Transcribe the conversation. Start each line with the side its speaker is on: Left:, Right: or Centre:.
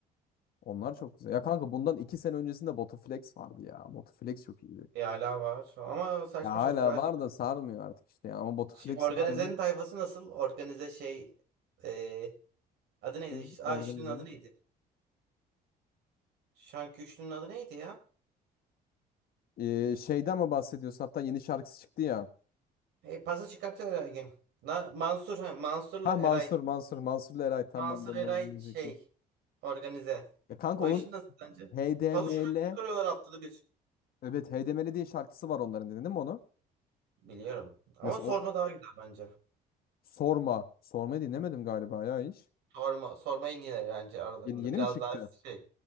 Left: Onlar çok güzel. Ya kanka bundan iki sene öncesinde Botuflex vardı ya. Botuflex çok iyiydi.
Right: Bir hala var. Ama saçma
Left: Ya hala
Right: şarkılar
Left: var
Right: çıkıyor.
Left: da sarmıyor artık işte ya. Ama Botuflex
Right: Şimdi Organize'nin
Left: harbi
Right: tayfası nasıl? Organize şey e, adı neydi?
Left: kim
Right: İşte-
Left: organizenin?
Right: Aa üçlünün adı neydi? Şanki üçlünün adı neydi ya?
Left: Ee, şeyden mi bahsediyorsun? Hatta yeni şarkısı çıktı ya.
Right: E, pası çıkartıyor her gün. Na, Mansur ha, Mansur'la
Left: Ha Mansur,
Right: Eray.
Left: Mansur, Mansur'la Eray. Tam
Right: Mansur
Left: ben de ondan
Right: Eray
Left: anlayacaktım.
Right: şey organize.
Left: Ya kanka
Right: O
Left: onun
Right: işi nasıl sence?
Left: HDML,
Right: Paso şarkı çıkarıyorlar haftada bir.
Left: evet HDML diye şarkısı var onların dinledin mi onu?
Right: Biliyorum. Ama
Left: Mesela
Right: sorma
Left: o
Right: daha güzel bence.
Left: Sorma. Sormayı dinlemedim galiba ya hiç.
Right: Sorma, sorma en iyileri bence aralarında.
Left: Yeni, yeni
Right: Biraz
Left: mi çıktı?
Right: daha şey.